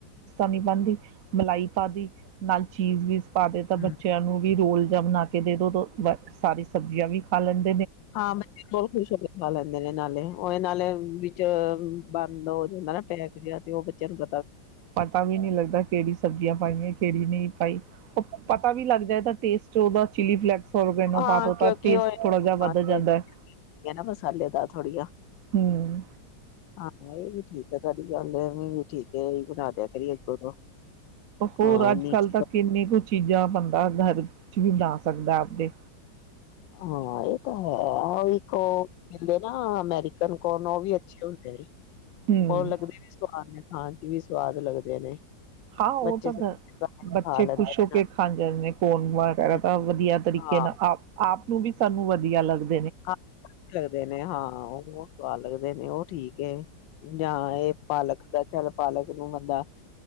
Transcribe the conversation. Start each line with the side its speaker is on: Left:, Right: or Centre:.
Right: ਨਹੀਂ ਬਣਦੀ ਮਲਾਈ ਪਾ ਦੀ ਨਾਲ ਚੀਜ਼ ਵੀਜ ਪਾ ਦਿੱਤਾ
Left: ਹੂੰ,
Right: ਬ ਨੂੰ ਵੀ ਰੋਲ ਜ ਬਣਾ ਕੇ ਦੇ ਦੋ ਸਾਰੀ ਸਬਜ਼ੀਆਂ ਵੀ ਖਾ ਲੈਂਣਦੇ
Left: ਹਾਂ ਬੱਚੇ ਬਹੁਤ ਖੁਸ਼ ਹੋ ਕੇ ਖਾ ਲੈਂਦੇ ਨੇ ਨਾਲੇ ਉਹ ਇਹ ਨਾਲੇ ਤ ਬੰਦ ਹੋ ਜਾਂਦਾ ਨਾ ਪੈਕ ਜਿਹੜਾ ਤੇ ਉਹ ਬੱਚਿਆਂ ਨੂੰ ਗ
Right: ਪਤਾ ਵੀ ਨਹੀਂ ਲੱਗਦਾ ਕਿਹੜੀ ਸਬਜ਼ੀਆਂ ਪਾਈਆਂ ਕਿਰੇ ਨਹੀਂ ਪਾਈ ਉਹ ਪਤਾ ਵੀ ਲੱਗ ਜਾਏ ਤਾਂ ਇਹਦਾ ਟੇਸਟ ਉਹਦਾ ਚਿਲੀ ਫਲੈਕਸ ਔਰਗੈਨੋ
Left: ਹਾਂ
Right: ਪਾ ਦੋ
Left: ਕਿਉਂਕਿ
Right: ਤਾਂ ਟੇਸਟ
Left: ਉਹ
Right: ਥੋੜਾ ਜਿਹਾ ਵੱਧ ਜਾਂਦਾ ਹੈ
Left: ਨਾ ਮਸਾਲੇ ਦਾ ਥੋੜੀਆਂ
Right: ਹਮ
Left: ਹਾਂ ਇਹ ਵੀ ਠੀਕ- ਅੱਛਾ ਤੁਹਾਡੀ ਗੱਲ ਐ ਵੀ ਠੀਕ ਹੈ ਬਣਾ ਦਿਆ ਕਰਰੀ ਅੱਗੋ ਤੋਂ
Right: ਹੋਰ
Left: ਹਾਂ
Right: ਅੱਜ-ਕਲ੍ਹ
Left: ਨੀਚੇ
Right: ਤਾਂ
Left: ਤੋਂ
Right: ਕਿੰਨੀ ਕੁ ਚੀਜ਼ਾਂ ਬੰਦਾ ਘਰ ਚ ਵੀ ਬਣਾ ਸਕਦਾ ਆਪੇ
Left: ਹਾਂ ਇਹ ਤਾਂ ਹੈ ਉਹ ਕਦੇ ਨਾ ਅਮੈਰੀਕਨ ਕੌਰਨ ਉਹ ਵੀ ਅੱਛੇ ਹੁੰਦੇ ਨੇ
Right: ਹੂੰ
Left: ਉਹ ਲੱਗਦੇ ਵੀ ਸੁਆਦ ਏ ਹਾਂਜੀ ਵੀ ਸਵਾਦ ਲੱਗਦੇ ਨੇ
Right: ਹਾਂ ਉਹ
Left: ਬੱਚੇ
Right: ਤਾਂ
Left: ਖਾ
Right: ਬੱਚੇ
Left: ਲੈਂਦੇ
Right: ਖੁਸ਼
Left: ਨੇ
Right: ਹੋ ਕੇ ਖਾ ਜਾਂਦੇ ਨੇ ਕੌਰਨ ਵ <unintelligible>
Left: ਨਾਲ
Right: ਵਧੀਆ ਤਰੀਕੇ
Left: ਹਾਂ
Right: ਨਾਲ ਆਪ ਆਪ ਨੂੰ ਵੀ ਸਾਨੂੰ ਵਧੀਆ ਲੱਗਦਾ
Left: ਹਾਂ ਲੱਗਦੇ ਨੇ ਹਾਂ ਉਹ ਬ ਸਵਾਦ ਲਗਦਾ ਕਦੇ ਨੇ ਉਹ ਠੀਕ ਹੈ ਜਾਂ ਇਹ ਪਾਲਕ ਦਾ ਖਿਆਲ ਪਾਲਕ ਬੰਦਾ